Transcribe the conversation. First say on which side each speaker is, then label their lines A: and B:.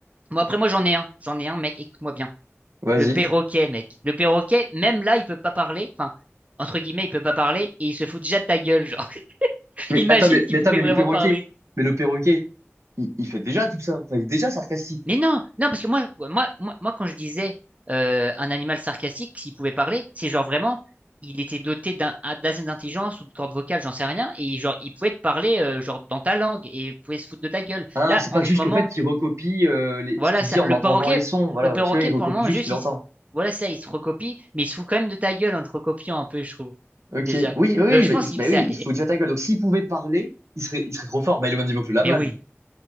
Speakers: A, on the right (about 30°); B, on the right (about 80°).
A: Moi, après, moi, j'en ai un. J'en ai un, mec. Écoute-moi bien.
B: Vas-y.
A: Le perroquet, mec. Le perroquet, même là, il peut pas parler. Enfin, entre guillemets, il peut pas parler et il se fout déjà de ta gueule, genre.
B: Mais
A: Imagine
B: attends, mais,
A: s'il
B: mais attends,
A: pouvait
B: mais
A: vraiment
B: le perroquet,
A: parler.
B: mais le perroquet, il, il fait déjà tout ça. Enfin, il est déjà sarcastique.
A: Mais non, non, parce que moi, moi, moi, moi, quand je disais euh, un animal sarcastique, s'il pouvait parler, c'est genre vraiment, il était doté d'un d'assez d'intelligence ou de cordes vocales, j'en sais rien, et genre il pouvait te parler euh, genre dans ta langue et il pouvait se foutre de ta gueule.
B: Hein,
A: Là,
B: c'est
A: en
B: pas juste
A: ce moment,
B: le fait qu'il recopie euh, les,
A: voilà
B: ce qu'il
A: ça,
B: dit en
A: le
B: entendant
A: perroquet,
B: les sons, voilà,
A: le perroquet
B: parce que là, il
A: pour
B: recopie
A: le moment
B: juste
A: juste,
B: ce qu'il
A: il,
B: entend.
A: voilà ça, il se recopie, mais il se fout quand même de ta gueule en te recopiant un peu, je trouve
B: Ok,
A: déjà.
B: oui, oui, oui,
A: Donc je
B: mais,
A: pense que
B: mais
A: ça,
B: oui, il faut déjà ta gueule. Donc, s'il pouvait parler, il serait, il serait trop fort. Bah, il est au même niveau que le lama,
A: <laughs> mais oui.
B: lui.